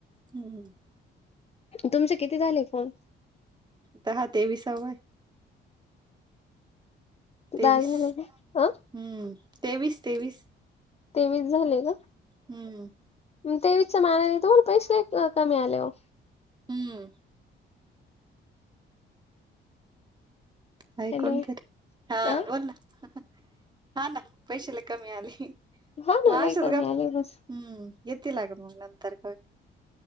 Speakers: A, on the right; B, on the left.
A: हम् हम
B: तुमच किती झाले फोन
A: तर हा ते वि सवय तेवीस
B: दहा झाले का अ
A: हम्म तेवीस तेवीस
B: तेवीस झाले का
A: हम्म
B: तेवीचच्या मानाने तो पैसे कमी आले हो
A: हम्म ह
B: हॅलो
A: कोणतरी हा
B: अ
A: बोल ना हा ना पैशला कमी आले मगशच
B: हा ना लई कमी
A: ग हम्म
B: आले बस
A: येतील लाग मग नंतर का